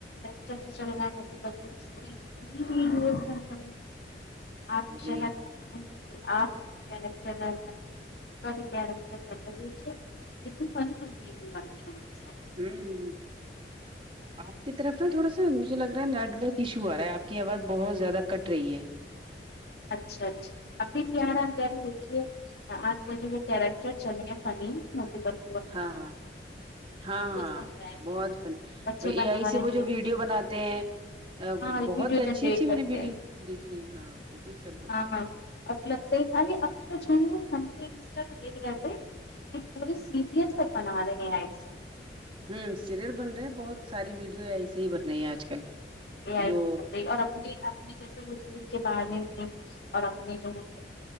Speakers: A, on the left (about 65°); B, on the right (about 30°).
A: ٹر چلنا ب کر کر <unintelligible> <unintelligible>
B: جی
A: کٹر کت فن ک ف <unintelligible>
B: ہممم آپ کی طرف اتنا تھوڑا سا مجھے لگ رہا ہے نیٹ ورک ایشو آرہا ہے آپ کی آواز بہت زیادہ کٹ رہی ہے
A: اچھا اچھا ابھی بھی
B: جی
A: آ رہا ہم کہہ رہے دیکھیے آج کل جو یہ کیریکٹر چلی ہیں فنی موٹو پت
B: ہاں ہاں ہاں ہاں
A: بن رہے ہیں
B: بہت فنی
A: بچے
B: اور
A: بنا
B: اے آئی سے
A: رہے
B: وہ جو
A: ہیں
B: ویڈیو بنا تے ہے
A: ہاں
B: بہت
A: ویڈیو
B: اچھی
A: جنریٹ
B: اچھی
A: کرتے
B: میں نے ویڈیو
A: ہیں
B: دیکھی ہاں وہ بھی سب ہوں
A: ہاں ہاں اب لگتے ارے اب تو <unintelligible> جنھٹ و رہتے یہ پورے سیریل تک بنا رہے ہیں اے آئی سے
B: ہوں سیریل بن رہے ہیں بہت ساری ویڈیو اے آئی سے ہی بن رہی ہے آج کل
A: اے آئی
B: جو
A: سے بن رہی اور اپنے اپنے جیسے حضور کے بارے میں اور اپنے جو ہے